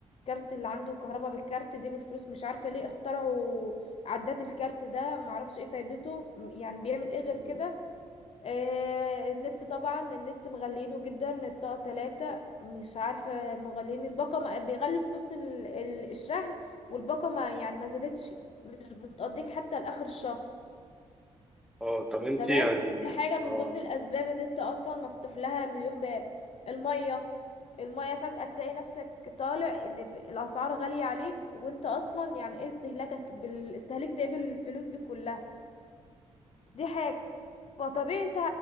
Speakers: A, on the left; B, in the centre.
A: كارت اللي عنده كهرباء بالكارت دي بالفلوس مش عارفة ليه اخترعوا عدات الكارت ده معرفش ايه فايدته م- يعني بيعمل ايه غير
B: مم.
A: كده آه، النت طبعا النت مغلينه جدا الطاقة تلاتة مش عارفة مغلين الباقة ما- بيغلي فلوس ال- ال- الشحن والباقة ما يعني ما زادتش مش بتقضيك حتى لآخر الشهر
B: اه طب انت
A: تمام
B: يعني
A: دي حاجة من
B: اه
A: ضمن الأسباب إن أنت أصلا مفتوح لها مليون باب المية المية فجأة تلاقي نفسك طالع إن ب- الأسعار غالية عليك وأنت أصلا يعني إيه استهلاكك بالاستهلاك تقبل الفلوس دي كلها دي حاجة فطبيعي انت